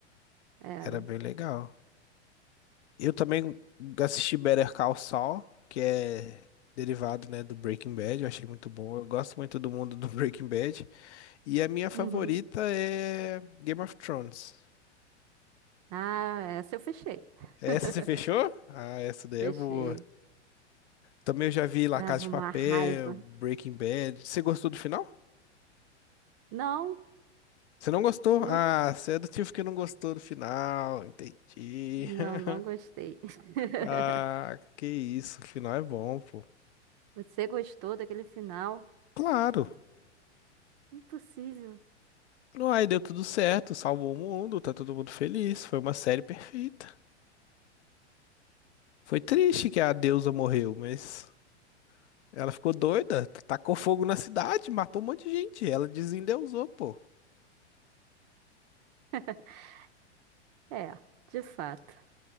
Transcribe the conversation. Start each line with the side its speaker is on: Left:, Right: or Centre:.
Right: Era.
Left: Era bem legal. Eu também assisti Better Call Saul, que é derivado, né, do Breaking Bad. Eu achei muito bom. Eu gosto muito do mundo do <laughs> Breaking Bad. E a minha favorita
Right: Uhum.
Left: é Game of Thrones.
Right: Ah, essa eu fechei. <laughs>
Left: Essa você fechou? Ah, essa daí
Right: Fechei.
Left: é boa. Também eu já vi La
Right: Dava
Left: Casa de
Right: uma
Left: Papel,
Right: raiva.
Left: Breaking Bad. Você gostou do final?
Right: Não,
Left: Você não gostou?
Right: não,
Left: Ah, você é do tipo que não gostou do final. Entendi.
Right: não,
Left: <laughs>
Right: não gostei. <laughs>
Left: Ah, que isso. O final é bom, pô.
Right: Você gostou daquele final?
Left: Claro.
Right: Impossível.
Left: Aí deu tudo certo, salvou o mundo, tá todo mundo feliz. Foi uma série perfeita. Foi triste que a deusa morreu, mas ela ficou doida, tacou fogo na cidade, matou um monte de gente. Ela desendeusou, pô.
Right: <laughs> É, de fato.